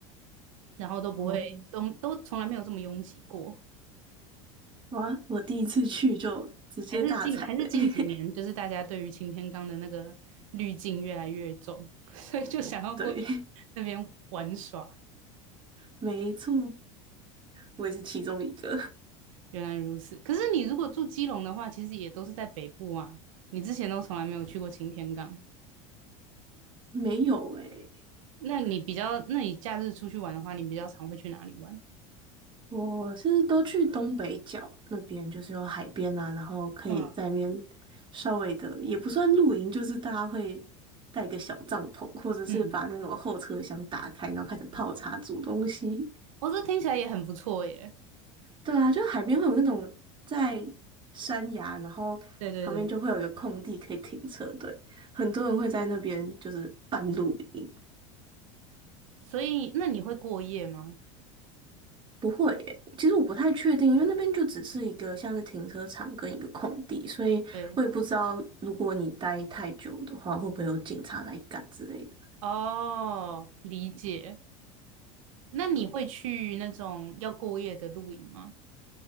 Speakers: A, on the right (about 80°); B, on the right (about 30°).
A: 然后都不会都都从来没有这么拥挤过。
B: 哦，哇，我第一次去就直接大踩雷。
A: 还是近还是近几年，
B: <laughs>
A: 就是大家对于擎天岗的那个滤镜越来越重，<laughs> 所以就想要过去那边玩耍。
B: 对，没错，我也是其中一个。<laughs>
A: 原来如此。可是你如果住基隆的话，其实也都是在北部啊。你之前都从来没有去过擎天岗，
B: 没有诶、
A: 那你比较，那你假日出去玩的话，你比较常会去哪里玩？
B: 我是都去东北角那边，就是有海边啊，然后可以在那边
A: 嗯
B: 稍微的，也不算露营，就是大家会带个小帐篷，或者是把那种后车厢打开，
A: 嗯，
B: 然后开始泡茶煮东西。
A: 哦，这听起来也很不错耶。
B: 对啊，就海边会有那种在山崖，然后旁边就会有一个空地可以停车，
A: 对对对，
B: 对，很多人会在那边就是半露营。
A: 所以那你会过夜吗？
B: 不会耶其实我不太确定，因为那边就只是一个像是停车场跟一个空地，所以我也不知道如果你待太久的话，
A: 对，
B: 会不会有警察来赶之类的。
A: 哦，理解。那你会去那种要过夜的露营吗？
B: 对，